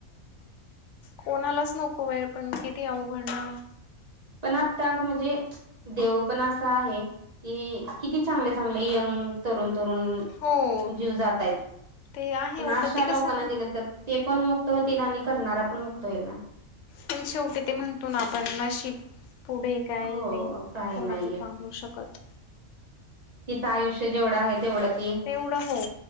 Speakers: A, on the left (about 70°); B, on the right (about 35°).
A: कोणालाच नको वेळ पण किती अवघडणना
B: पण आता ग म्हणजे देव पण असा आहे की किती चांगले चांगले यंग तरुण तरुण
A: हो
B: जीव जातायेत,
A: ते आहे
B: पण
A: हो
B: अशा
A: ते
B: लोकांना
A: कसं ना
B: दिलं तर ते पण मुक्त होतील, आणि करणारा पण मुक्त होईल ना.
A: पण शेवटी ते म्हणतो ना आपण नशीब पुढे काय
B: हो
A: नाही
B: काय
A: कोणाचं
B: नाहीये
A: चालू शकत.
B: तिचं आयुष्य जेवढं आहे तेवढंच ती,
A: तेवढं हो